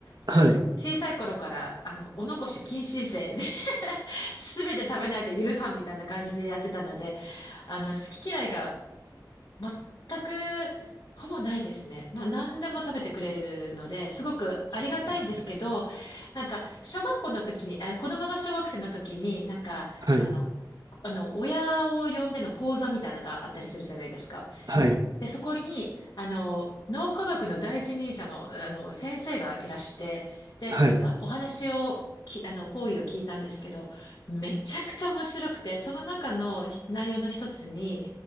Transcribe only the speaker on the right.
はい。で
すよね。
はい。
はい。
はい。